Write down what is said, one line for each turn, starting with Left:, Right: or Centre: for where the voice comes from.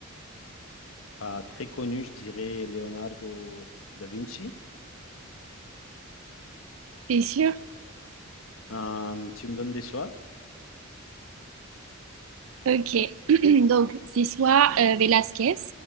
Left: Bah, très connu, je dirais Leonardo da Vinci.
Right: c'est sûr?
Left: Euh, tu me donnes des choix?
Right: Ok. <clears throat> Donc, c'est soit euh, Velázquez,